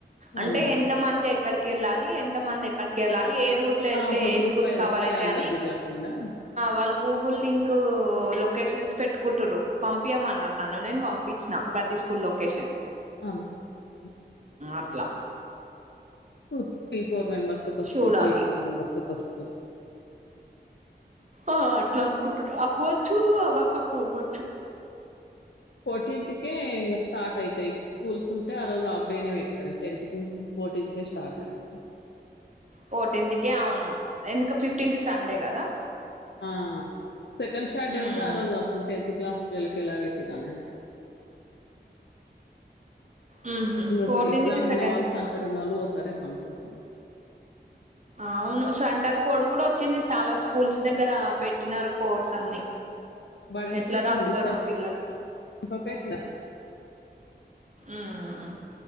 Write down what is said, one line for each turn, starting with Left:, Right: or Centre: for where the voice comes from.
Right: అంటే
Left: అదే
Right: ఎంత మంది ఎక్కడికి వెళ్ళాలి ఎంత మంది ఎక్కడికి వెళ్ళాలి ఏ రూట్ లో వెళ్తే
Left: ఒక
Right: ఏ
Left: గ్రూప్
Right: స్కూల్స్
Left: అయి
Right: కవర్
Left: ఒక్కరే అందరు
Right: అని
Left: తిరగకుండా
Right: వాళ్ళు గగుల్ లిం లొకేషన్స్ పెట్టుకుంటు్ర పంపించమన్నారు నన్ను నేను పంపించిన ప్రతి స్కూల్ లొకేషన్
Left: అంతే
Right: అట్లా
Left: టూ త్రీ ఫోర్ మెంబర్స్ ఒక
Right: చూడాలి
Left: స్కూల్ త్రీ ఫోర్ మెంబర్స్ ఒక స్కూల్
Right: ఆ అట్లా అనుకుంటారు అవ్వచ్చు అవ్వకపో అవ్వచ్చు
Left: ఫర్టీన్తుకే ఇంగా స్టార్ట్ అయితే స్కూల్స్ ఉంటే ఆ రోజు ఆప్డేనే పెడతారు టెన్త్ కు ఫోర్టీన్త్ కే స్టార్ట్ అంట
Right: ఫోర్టీన్త్కే అవును ఎందుక ఫిఫ్టీన్త్ సండే కదా
Left: ఆ సెకండ్ షాట్డే
Right: మ్మ్
Left: ఉంది ఆ రోజు అసలు టెన్త్ క్లాస్ వెళ్ళకి ఎలా పెట్రానుండి
Right: మ్మ్
Left: <unintelligible>
Right: ఫోర్టీన్త్
Left: ఎగ్జామ్
Right: కి
Left: ఉన్నవాళ్లు
Right: సెకండ్
Left: సెంటర్ ఉన్నళ్ళు పోతారే అ కుంటాము
Right: అవును సంటర్ కోడ్ కూడా వచ్చింది చాలా స్కూల్స్ దగ్గర పెట్టినారు కోడ్స్ అన్ని
Left: బడంగపేట్
Right: ఎట్లా రాస్తారో
Left: ఉంది చం
Right: పిల్లలు
Left: చంపపేట ఉండే
Right: మ్మ్